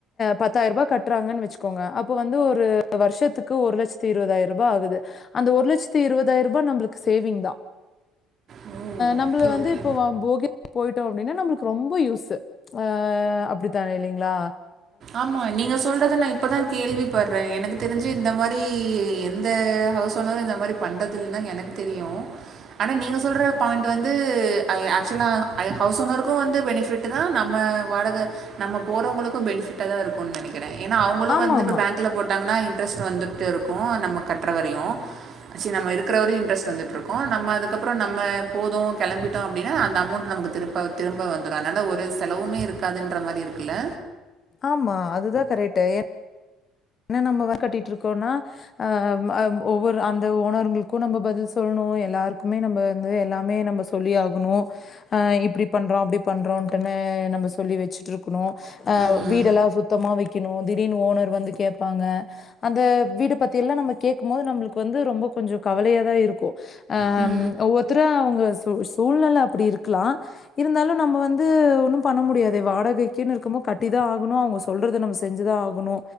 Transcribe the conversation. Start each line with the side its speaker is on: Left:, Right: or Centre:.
Left: பத்தாயிர ரூபா கட்டுறாங்கன்னு வச்சுக்கோங்க அப்போ வந்து ஒரு வருஷத்துக்கு ஒரு லட்சத்தத்து இருவதாயிர ரூபா ஆகுது அந்த ஒரு லட்சத்து இருவதாயிர ரூபா நம்மளுக் சேவிங் தா
Right: ஓ
Left: நம்மள
Right: ஓகே
Left: வந்து
Right: ஓகே
Left: இப்போ போகி போய்டோ அப்டின்னா நம்மளுக் ரொம்ப யூஸு ஆ அப்டித்தா இல்லீங்ளா
Right: ஆமா நீங்க சொல்றது நா இப்பதா கேள்வி பட்றே எனக்கு தெரிஞ்சு இந்த மாரி எந்த ஹவுஸ் ஓனரு இந்த மாரி பண்ணுறது இல்லன்தா எனக்கு தெரியு ஆனா நீங்க சொல்ற பாய்ண்டு வந்து ஆக்சுவலா அ ஹவுஸ் ஓனருக்கு வந்து பெனிஃபிட் தா நம்ம வாடக நம்ம போறவங்களுக்கு பெனிஃபிட்டா தா இருக்குன் நெனக்கிறே ஏன்னா அவுங்களு
Left: ஆமாமா.
Right: வந்து இப்ப பேங்க் கல போட்டாங்கன்னா இன்ட்ரெஸ்ட் வந்துட் இருக்கு நம்ம கட்ற வரையு சரி நம்ம இருக்கிற வரையு இன்டரெஸ்ட் வந்துட்ருக்கும் நம்ம அக்கப்புறோ போதும் நம்ம கெளம்பிட்டோம் அப்டின்னா அந்த அமோண்ட் நமக்கு திருப் இப்ப அது திரும்ப வந்துரும் அதுனால ஒரு செலவுமே இருக்காதுன்ற மாரி இருக்குல்ல
Left: ஆமா அதுதா கரேட்டு ஏ என்ன நம்ம வ கட்டிட்டு இருக்கோன்னா அ வ் ஒவ்வொரு அந்த ஓனர்களுக்கு நம்ம பதில் சொல்லணு எல்லாருக்குமே நம்ப வந்து எல்லாமே நம்ம சொல்லி ஆகு குனு ஆ இப்டி பண்றோம் அபபடி பண்றோன்டு நம்ம சொல்லி வச்சுட்டுருக்குணு அ
Right: ம்
Left: வீடெல்லா சுத்தமா வைக்கணும் திடீர்னு ஓனர் வந்து கேப்பாங்க அந்த வீடு பத்தி எல்லாம் நம்ம கேக்கும் போது நம்மளுக்கு வந்து ரொம்ப கொஞ்சோ கவலையாதா இருக்கும் ஆம்
Right: ம், ம்,
Left: ஒவ்வொருத்தர அவுங்க சூ சூழ்நில அப்டி இருக்லாம் இருந்தாலு நம்ப வந்து ஒன்னு பண்ண முடியாதே வாடகைகுன்னு இருக்கும் போ கட்டிதா ஆகணு அவங்க சொல்றத நம்ம செஞ்சுதா ஆகணு